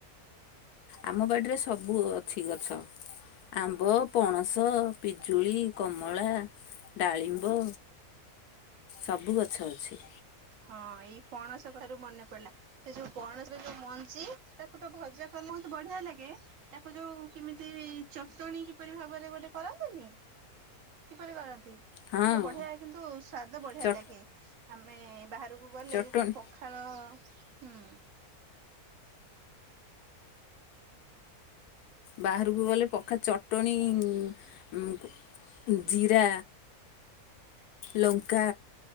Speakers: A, on the left; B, on the right.
A: ଆମ ବାଡ଼ିରେ ସବୁ ଅଛି ଗଛ। ଆମ୍ବ, ପଣସ, ପିଜୁଳି, କମଳା। ଡାଳିମ୍ବ ସବୁ ଗଛ ଅଛି।
B: ହଁ ଏଇ ପଣସ କଥାରୁ ମନେ ପଇଲା। ସେ ଯୋଉ ପଣସରେ ଯୋଉ ମଞ୍ଜି ତାକୁ ତ ଭଜା କଲେ ବହୁତ ମତେ ବଢିଆ ଲାଗେ। ତାକୁ ଯୋଉ କେମିତି ଚଟଣି କିପରି ଭାବରେ ଗୋଟେ କରନ୍ତିନି। କିପରି କରନ୍ତି?
A: ହଁ
B: ସେଟା ବଢିଆ କିନ୍ତୁ ସ୍ଵାଦ ବଢିଆ
A: ଚ
B: ଲାଗେ ଆମେ ବାହାରକୁ ଗଲେ
A: ଚଟଣି
B: ଯେତେବେଳେ ପ ଖାଳ ହୁଁ।
A: ବାହାରକୁ ଗଲେ ପଖା ଚଟଣୀ ଉଁ ଜୀରା। ଲଙ୍କା